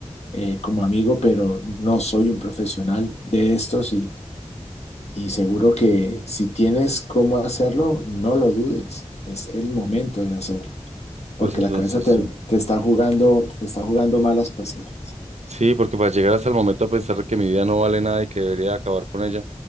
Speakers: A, on the left; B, on the right.
A: eh, como amigo, pero no soy un profesional de estos y, y seguro que si tienes cómo hacerlo, no lo dudes. Es el momento de hacerlo,
B: Pues
A: porque
B: entonces
A: la cabeza te,
B: sí.
A: te está jugando, te está jugando malas pasadas.
B: Sí, porque para llegar hasta el momento a pensar que mi vida no vale nada y que debería acabar con ella,